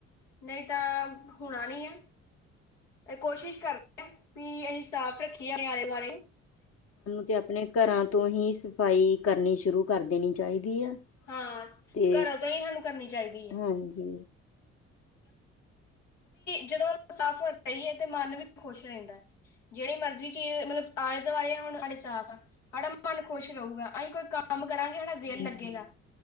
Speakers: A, on the left; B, on the left.
A: ਨਹੀਂ ਤਾਂ ਹੋਣਾ ਨੀ ਹੈ। ਇਹ ਕੋਸ਼ਿਸ਼ ਕਰ ਰਿ ਵੀ ਅਸੀਂ ਸਾਫ਼ ਰੱਖੀਏ ਆਿਆਲੇ ਵਾਲਆਲੇ ਨੂੰ
B: ਅਤੇ ਆਪਣੇ ਘਰਾਂ ਤੋਂ ਹੀ ਸਫਾਈ ਕਰਨੀ ਸ਼ੁਰੂ ਕਰ ਦੇਣੀ ਚਾਹੀਦੀ ਆ।
A: ਹਾਂ
B: ਤੇ
A: ਘਰੋਂ ਤੋਂ ਹੀ ਸਾਨੂੰ ਕਰਨੀ ਚਾਹੀਦੀ ਹੈ।
B: ਹਾਂਜੀ।
A: ਜਦੋਂ ਉਹ ਸਾਫ਼ ਰਹੀ ਹੈ ਤੇ ਮਨ ਵੀ ਖੁਸ਼ ਰਹਿੰਦਾ। ਜਿਹੜੀ ਮਰਜ਼ੀ ਚੀਜ਼ ਮਤਲਬ ਆਲੇ ਦੁਆਲੇ ਆ ਹੁਣ ਸਾਡੇ ਸਾਫ਼ ਆ ਸਾਡਾ ਮਨ ਖੁਸ਼ ਰਹਹੇਗਾ ਅਸੀਂ ਕੋਈ ਕੰਮ ਕਰਾਂਗੇ ਹਾ ਦਿਲ
B: ਹੂੰ,
A: ਲੱਗੇਗਾ